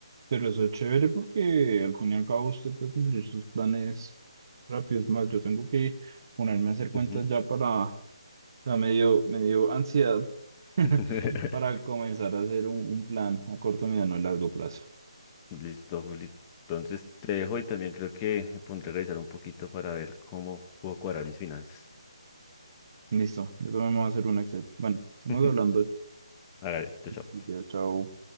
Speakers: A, on the right; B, on the left.
A: Pero eso es chévere porque al fin y al cabo usted puede cumplir sus planes rápidos. Es más, yo tengo que ponerme a hacer cuentas
B: Ujú.
A: ya para O sea, me dio, me dio ansiedad <laughs>
B: <laughs>
A: para comenzar a hacer un, un plan a corto, mediano y largo plazo.
B: Listo, Juli. Entonces te dejo y también creo que me pondré a revisar un poquito para ver cómo puedo cuadrar mis finanzas.
A: Listo, yo también me voy a hacer un Excel. Bueno, estamos
B: <laughs>
A: hablando.
B: Hágale, chao,
A: Listo,
B: chao.
A: Ya, chao.